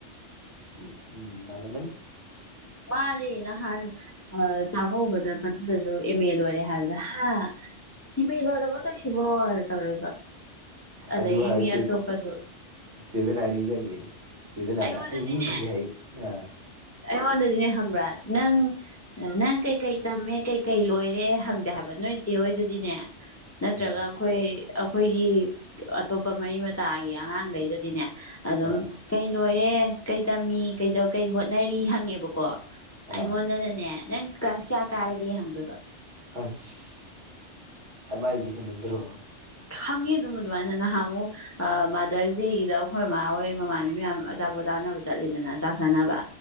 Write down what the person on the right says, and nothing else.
ꯎꯝ ꯎꯝ ꯃꯂꯝ ꯃꯅꯤ
ꯑꯗꯨ ꯍꯥꯏꯔ
ꯆꯦ ꯗꯥꯏꯅꯥꯏ ꯅꯤꯡꯖꯪꯉ‌ꯦ ꯆꯦ ꯗꯥꯏꯅꯥꯅ
ꯑꯩ ꯃꯤ ꯐꯖꯩ ꯍꯥꯏ ꯑ
ꯑꯥ
ꯑꯥ
ꯑꯥ
ꯑꯁ ꯑꯃꯥꯏꯗꯤ ꯍꯦꯃꯟꯗ꯭ꯔꯣ